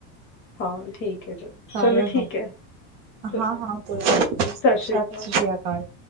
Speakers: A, on the left; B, on the right.
A: ਹਾਂ ਠੀਕ ਹੈ ਚਲ
B: ਸਾਰਿਆਂ
A: ਚਲੋ ਠੀਕ
B: ਤੋਂ
A: ਹੈ ਚਲੋ
B: ਹਾਂ ਹਾਂ ਕੋਈ ਗੱਲ ਨੀ ਜੀ
A: ਸ਼੍ਰੀ
B: ਸਤਿ
A: ਅਕਾਲ
B: ਸ੍ਰੀ ਅਕਾਲ